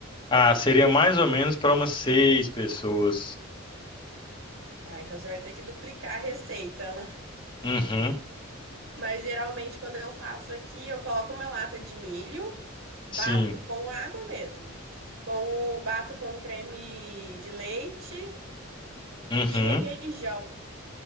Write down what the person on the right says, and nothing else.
Ah, então você vai ter que duplicar a receita. né?
Mas geralmente quando eu faço aqui, eu coloco uma lata de milho, bato
com água mesmo, com o bato com creme de leite
e requeijão.